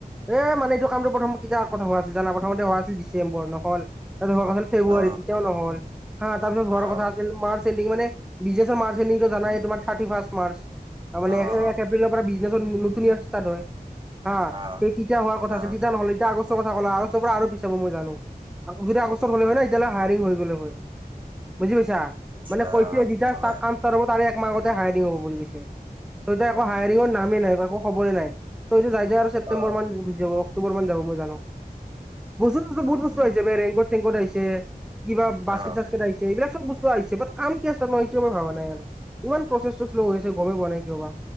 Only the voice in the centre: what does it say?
এ মানে এইটো কামটো প্ৰথম কেতিয়া কথা হোৱা আছিল জানা প্ৰথমতে হোৱা আছিল ডিচেম্বৰ নহ'ল তাতে হোৱা কৈছিল ফেব্ৰুৱাৰীত
তেতিয়াওঁ নহ'ল হা তাৰপিছত হোৱাৰ
কথা আছিল মাৰ্চ এন্দিং মানে বিজনেছৰ মাৰ্চ এণ্ডিং টো জানায় তোমাৰ থাৰ্তী ফাৰ্ষ্ট মাৰ্চ তাৰমানে
এ
সিফালৰ পৰা বিজনেছৰ নতুন ইয়াৰ ষ্টাৰ্ট হয় হা
তেতিয়া হোৱা কথা
হৈছিল তেতিয়া নহ'ল গৈ আগষ্ট কথা ক'লে আৰু আগষ্টৰ পৰা আৰু পিছাব মই জানো যদি আগষ্টৰ হ'লে হয় নে এতিয়ালৈ হায়াৰিং হৈ গ'লে হয়। বুজি পৈছা
মানে কৈ কি যেতিয়া
কাম ষ্টাৰ্ট হ'ব তাৰে একমাহ আগতে হায়াৰিং দি হ'ব বুলি কৈছে। অ', হায়াৰিঙৰ নামেই নাই বা একো খবৰে নাই চ' এইটো যাই যায় আৰু ছেপ্তেম্বৰ
মান হৈ যাব অক্টোবৰ মান যাব মই জানো বস্তু বহুত
বস্তু আহিছে ব ৰেইনকট চেংকট আহিছে কিবা বাস্কেট
চাস্কেত আহিছে এইবিলাক বস্তু আহিছে বাত কাম কিয় ষ্টাৰ্ট হোৱা নাই এইটোৱে ভাবা নাই আৰু ইমান প্ৰচেছটো শ্ল' হৈ আছে গমেই পোৱা নাই কিয় বা।